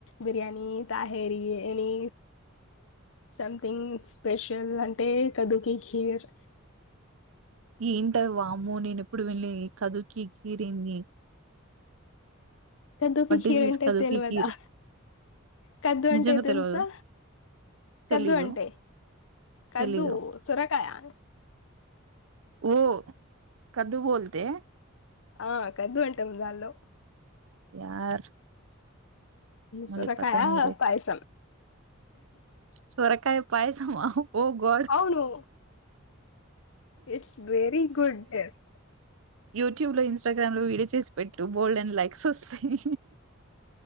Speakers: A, on the left; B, on the right.
A: biryani tahari any something special అంటే కదుకి ఖీర్
B: ఏంటది వాము నేను ఎప్పుడు వెళ్ళి ళు కదుకి గీరింది
A: కద్దుకి కీర
B: ఈస్ దిస్
A: అంటే
B: కదుకి
A: తెలివదా
B: కీర్
A: కద్దు అంటే
B: నిజంగా
A: తెలుసా
B: తెల్వదు
A: కద్దు
B: తెలీదు
A: అంటే కద్దు
B: తెలీదు
A: సురకాయా
B: ఓ కద్దు బోల్తే
A: ఆ కద్దు అంటాము దాన్లో
B: యార్ ముజే
A: సోరకాయా
B: పతా నహీ రే
A: పయసం
B: సొరకాయ పాయసం అ ఓ గడ్
A: అవును. ఇట్స్ వెరీ గుడ్ స్
B: యూట్యూబ్ లో ఇన్స్టాగ్రామ్ లో వీడియో చేసి పెట్టు బోల్డ్ అండ్ లైక్స్ వస్తాయి